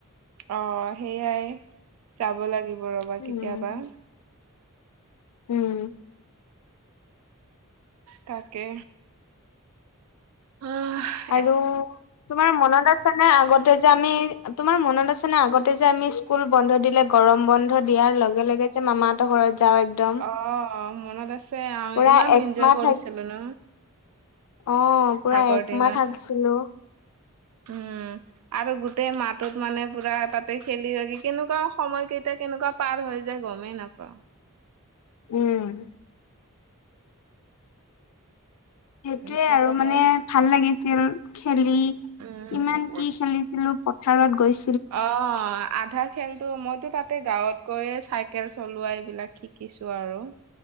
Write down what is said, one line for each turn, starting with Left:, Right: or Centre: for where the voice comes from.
Right: অ সেইয়াই যাব লাগিব ৰবা
Left: উম,
Right: কেতিয়াবা।
Left: উম।
Right: তাকে। আঁহ
Left: আৰু তোমাৰ মনত আছেনে আগতে যে আমি, তোমাৰ মনত আছে না আগতে যে আমি স্কুল বন্ধ দিলে গৰম বন্ধ দিয়াৰ লগে লগে যে মামাহতৰ ঘৰত যাওঁ একদম।
Right: অ মনত আছে, আহ
Left: পুৰা
Right: ইমান
Left: একমাহ
Right: এনজয় কৰিছিলো
Left: থাক
Right: ন?
Left: অ পুৰা
Right: আগৰদিনত
Left: একমাহ থাকিছিলো।
Right: উম। আৰু গোটেই মাহটোত মানে পুৰা তাত তে খেলি বাগি কেনেকুৱা সময়কেইটা কেনেকুৱা পাৰ হৈ যায় গমেই নাপাওঁ?
Left: উম। সেইটোয়ে
Right: কি
Left: আৰু
Right: ক'বা
Left: মানে ভাল লাগিছিল খেলি কিমান
Right: উম
Left: কি খেলিছিলো পথাৰত গৈছ
Right: অ আধা খেলতো মইতো তাতে গাঁৱত গৈয়ে চাইকেল চলোৱা এইবিলাক শিকিছো আৰু।